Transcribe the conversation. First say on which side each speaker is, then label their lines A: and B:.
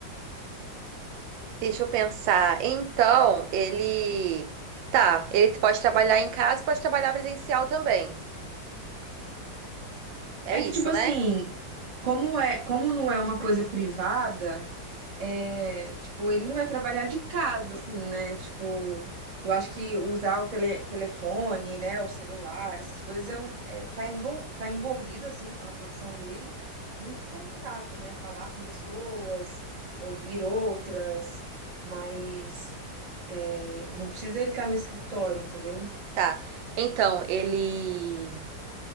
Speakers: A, on the right (about 85°); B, on the right (about 30°).
A: Deixa eu pensar. Então, ele. Tá, ele pode trabalhar em casa, e pode trabalhar presencial também. É
B: É
A: isso,
B: que, tipo assim,
A: né?
B: como é, como não é uma coisa privada. É, tipo, ele não vai trabalhar de casa, assim, né? Tipo, eu acho que usar o tele, telefone, né, o celular, essas coisas é um, é, tá, envol, tá envolvido, assim, com a profissão dele, muitos contatos, né? Falar com pessoas, ouvir outras, mas é, não precisa ele estar no escritório, entendeu?
A: Tá. Então, ele.